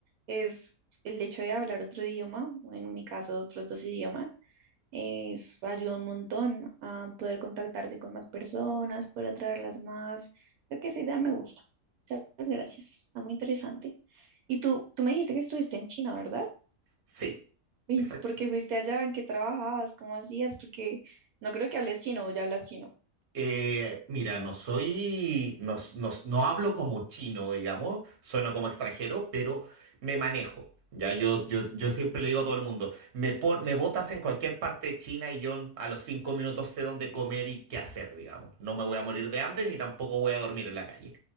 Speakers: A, on the right; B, on the right.
A: es el hecho de hablar otro idioma, o en mi caso otros dos idiomas Es, ayuda un montón a poder contactarte con más personas, poder atraerlas más. Creo que esa idea me gusta. Muchas gracias. Está muy interesante. Y tú, tú me dijiste que estuviste en China, ¿verdad?
B: Sí,
A: ¿Y
B: exacto.
A: por qué fuiste allá? ¿En qué trabajabas? ¿Cómo hacías? Porque no creo que hables chino o ya hablas chino.
B: Eh, mira, no soy, no, no, no hablo como chino, digamos, sueno como extranjero, pero me manejo. Ya yo, yo, yo siempre le digo a todo el mundo, me, pon- me botas en cualquier parte de China y yo a los cinco minutos sé dónde comer y qué hacer, digamos. No me voy a morir de hambre ni tampoco voy a dormir en la calle.